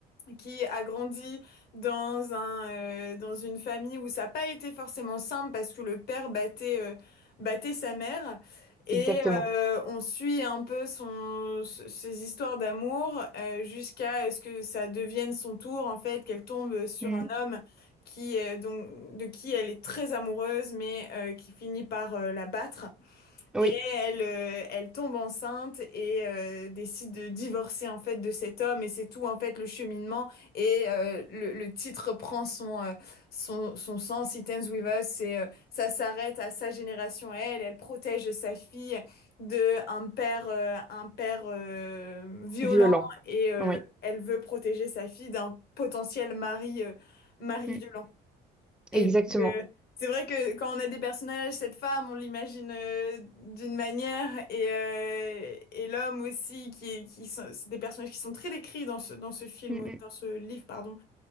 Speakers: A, on the left (about 65°); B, in the centre.
A: qui a grandi dans un, euh, dans une famille où ça n'a pas été forcément simple parce que le père battait, euh, battait sa mère. Et
B: exactement.
A: euh, on suit un peu son, ses histoires d'amour euh, jusqu'à ce que ça devienne son tour, en fait, qu'elle tombe sur
B: Hmm.
A: un homme qui, euh, donc, de qui elle est très amoureuse, mais euh, qui finit par euh, la battre.
B: Oui,
A: Et elle, euh, elle tombe enceinte et euh, décide de divorcer en fait de cet homme et c'est tout en fait le cheminement et euh, le, le titre prend son, euh, son, son sens, It Ends With Us et euh, ça s'arrête à sa génération à elle, elle protège sa fille de un père, euh, un père euh, violent
B: violent.
A: et euh,
B: Oui,
A: elle veut protéger sa fille d'un potentiel mari, euh, mari
B: Hmm.
A: violent.
B: Exactement.
A: Et donc, euh, c'est vrai que quand on a des personnages, cette femme, on l'imagine euh, d'une manière, et, euh, et l'homme aussi, qui, est- qui sont, c'est des personnages qui sont très décrits dans ce, dans ce film,
B: Hmm, hmm,
A: dans ce livre, pardon.